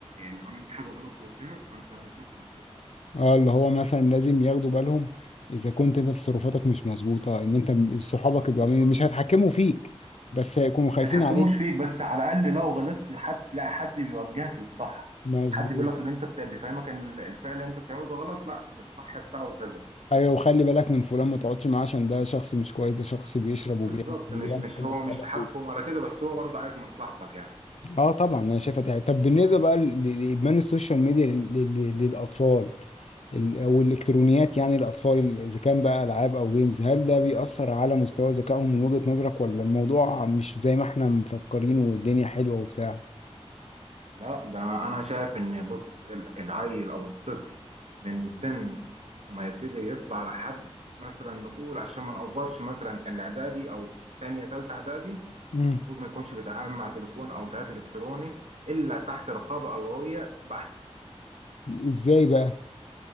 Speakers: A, on the right; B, on the left.
A: لو عملت حاجه غلط يوجهك فانت شكرا كده
B: اه اللي هو مثلا لازم ياخدوا بالهم اذا كنت انت تصرفاتك مش مظبوطة ان انت صحابك
A: اه
B: يبقوا
A: بالظبط
B: عاملين- مش هيتحكموا فيك بس هيكونوا خايفين
A: ما يتحكموش
B: عليك
A: فيك بس على الاقل لو غلطت حد تلاقي حد بيوجهك للصح
B: مظبوط
A: حد بيقول لك اللي انت بت- بيفهمك ان ال- الفعل اللي انت بتعمله ده غلط لا ده الصح بتاعه كذا
B: ايوه وخلي بالك من فلان ما تقعدش معاه عشان ده شخص مش كويس ده شخص بيشرب وبيعمل
A: بالظبط
B: ده
A: مش مش
B: ممكن
A: هو
B: يسحبك
A: مش تحكم ولا كده بس هو برضه عايز مصلحتك يعني
B: اه طبعا انا شايفها دي حاجة. طب بالنسبه بقى ل- ل- لادمان السوشيال ميديا لل- لل- للاطفال ال- او الالكترونيات يعني الاطفال اذا كان بقى العاب او جيمز هل ده بيأثر على مستوى ذكائهم من وجهة نظرك ولا الموضوع مش زي ما احنا مفكرين والدنيا حلوه وبتاع
A: لا ده انا أنا شايف ان بص ال- العيل او الطفل من سن ما يبتدي يطلع لحد مثلا نقول عشان ما نقفرش مثلا الاعدادي او تانية تالتة اعدادي
B: مم.
A: المفروض ما يكونش بيتعامل مع تليفون او جهاز الكتروني الا تحت رقابة ابوية بحت
B: ازاي بقى